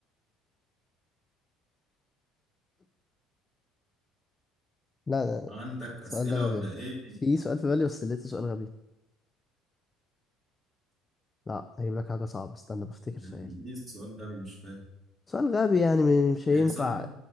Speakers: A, on the left; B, in the centre.
A: لا لا
B: عندك اسئله
A: السؤال ده غبي
B: ولا
A: أوي.
B: ايه
A: في سؤال في بالي بس لقيته سؤال غبي لا هجيب لك حاجة صعبة استنى بفتكر
B: يعني
A: سؤال
B: ايه سؤال غبي مش فاهم
A: سؤال غبي يعني م- مش
B: يعني
A: هينفع
B: سؤال